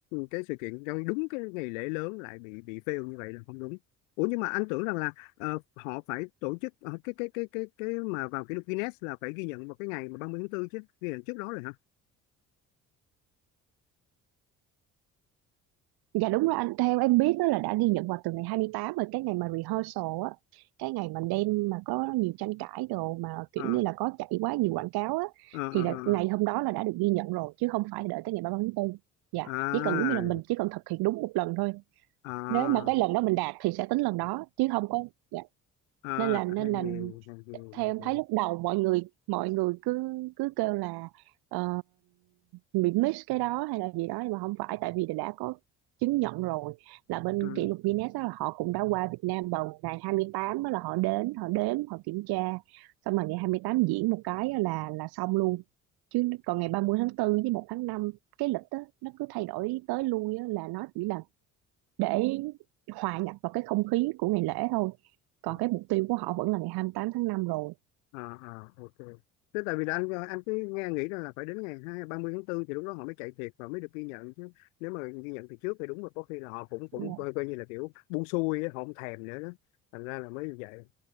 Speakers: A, on the left (about 85°); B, on the right (about 75°).
A: cái sự kiện trong đúng cái ngày lễ lớn lại bị bị fail như vậy là không đúng Ủa nhưng mà anh tưởng rằng là ờ, họ phải tổ chức ờ, cái cái cái cái cái mà vào kỷ lục Guinness là phải ghi nhận vào cái ngày mà 30 tháng 4 chứ ghi nhận trước đó rồi hả?
B: Dạ đúng rồi anh, theo em biết á là đã ghi nhận vào từ ngày 28 rồi cái ngày mà rehearsal á, cái ngày mà đêm mà có nhiều tranh cãi đồ mà kiểu
A: Ờ,
B: như là có chạy quá nhiều quảng cáo á
A: ờ,
B: thì
A: ờ,
B: là
A: ờ.
B: ngày hôm đó là đã được ghi nhận rồi chứ không phải đợi tới ngày 30 tháng 4. Dạ,
A: à,
B: chỉ cần giống như là mình chỉ cần thực hiện đúng một lần thôi
A: à, à.
B: nếu mà cái lần đó mình đạt thì sẽ tính lần đó chứ không có dạ.
A: à
B: nên là nên
A: hàng
B: là
A: gì hàng gì
B: theo
A: hàng
B: em
A: gì
B: thấy lúc đầu mọi người mọi người cứ cứ kêu là ờ, bị miss cái đó hay là gì đó nhưng mà không phải tại vì đã có chứng nhận rồi là bên
A: ừ.
B: kỷ lục Guinness á, là họ cũng đã qua Việt Nam vào ngày 28 á, là họ đến họ đếm họ kiểm tra xong rồi ngày 28 diễn một cái á là là xong luôn chứ còn ngày 30 tháng 4 với 1 tháng 5 cái lịch á, nó cứ thay đổi tới lui á, là nó chỉ là để hòa nhập vào cái không khí của ngày lễ thôi còn
A: à,
B: cái mục tiêu của họ vẫn là ngày 28 tháng 5 rồi
A: à, à, ok thế tại vì là anh anh cứ nghe nghĩ rằng là phải đến ngày hai ba mươi tháng 4 thì lúc đó họ mới chạy thiệt và mới được ghi nhận chứ nếu mà ghi nhận từ trước thì đúng là có khi là họ cũng cũng
B: Dạ.
A: coi, coi như là kiểu buông xuôi á, họ không thèm nữa đó thành ra là mới như vậy